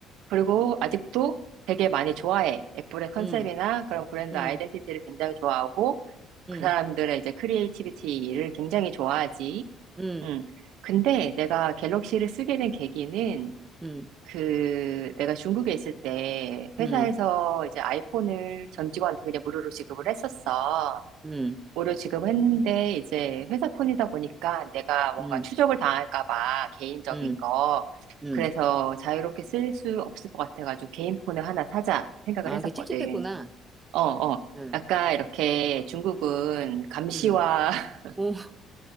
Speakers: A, on the right; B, on the right.
A: 그리고 아직도 되게 많이 좋아해. 애플의 컨셉이나
B: 음,
A: 그런 브랜드
B: 음,
A: 아이덴티티를 굉장히 좋아하고 그
B: 음,
A: 사람들의 이제 크리에이티비티를 굉장히 좋아하지.
B: 음,
A: 음. 근데 내가 갤럭시를 쓰게 된 계기는
B: 음,
A: 그 내가 중국에 있을 때 회사에서
B: 음,
A: 이제 아이폰을 전 직원한테 그냥 무료로 지급을 했었어.
B: 음,
A: 무료 지급했는데 이제 회사 폰이다 보니까 내가 뭔가
B: 음,
A: 추적을 당할까 봐 개인적인
B: 음,
A: 거.
B: 음.
A: 그래서 자유롭게 쓸 수 없을 것 같아가지고 개인 폰을 하나 사자 생각을
B: 아,
A: 했었거든.
B: 그게 찝찝했구나.
A: 어, 어.
B: 응,
A: 약간 이렇게 중국은 감시와
B: 응.
A: <laughs>
B: 어, <laughs>